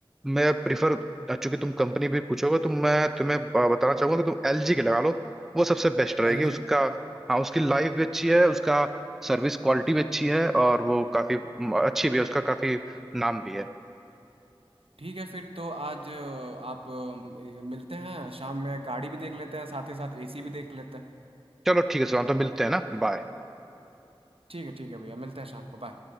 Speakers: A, in the centre; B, on the right.
A: मैं प्रिफर चूंकि तुम कंपनी भी पूछोगे तो मैं तुम्हें अ, बताना चाहूंगा कि तुम एलजी के लगा लो वो सबसे बेस्ट रहेगी
B: एल
A: उसका
B: जी
A: हाँ उसकी लाइफ भी अच्छी है उसका सर्विस क्वालिटी भी अच्छी है और वो काफी म, अच्छी भी है उसका काफी नाम भी है
B: ठीक है फिर तो आज अ, आप अ, मिलते हैं शाम में गाड़ी भी देख लेते हैं साथ ही साथ एसी भी देख लेते हैं
A: चलो ठीक है सुशांत तो मिलते हैं ना बाय
B: ठीक है ठीक है भैया मिलते हैं शाम को बाय